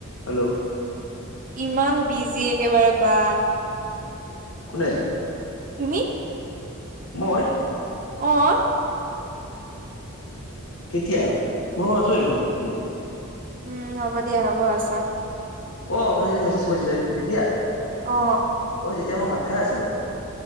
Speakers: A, on the left; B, on the right.
A: Hello
B: ইমান busy একেবাৰে বা
A: কোনে?
B: তুমি?
A: মই?
B: অ
A: কেতিয়া? মই আছোই দেখোন এনে।
B: উম হ'ব দিয়া হ'ব আছা।
A: অ আপুনি যে মেছেজ কৰিছিলে তেতিয়া?
B: অ।
A: ঐ তেতিয়া মই ভাত খাই আছিলো।